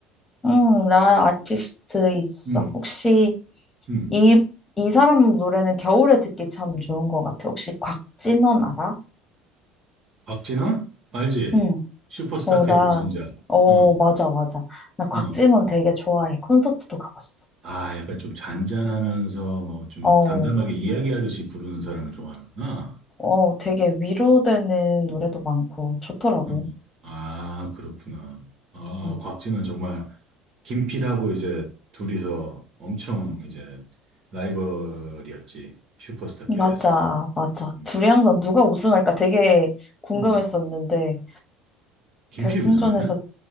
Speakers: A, on the left; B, on the right.
A: 음, 나 아티스트 있어.
B: 음,
A: 혹시
B: 음.
A: 이, 이 사람 노래는 겨울에 듣기 참 좋은 것 같아. 혹시 곽진원 알아?
B: 박진원? 알지?
A: 응.
B: 슈퍼스타
A: 어,
B: K
A: 나,
B: 우승자.
A: 어,
B: 어,
A: 맞아, 맞아. 나 곽진원
B: 어.
A: 되게 좋아해. 콘서트도 가봤어.
B: 아, 약간 좀 잔잔하면서 뭐 좀
A: 어,
B: 담담하게 이야기하듯이 부르는 사람을 좋아하는구나.
A: 어, 되게 위로되는 노래도 많고 좋더라고.
B: 음. 아, 그렇구나. 아,
A: 음.
B: 곽진은 정말 김필하고 이제 둘이서 엄청 이제 라이벌이었지. 슈퍼스타K에서.
A: 맞아,
B: 음.
A: 맞아.
B: 음,
A: 둘이 항상 누가 우승할까 되게 궁금했었는데,
B: 음. 음. 김필
A: 결승전에서,
B: 우승했나?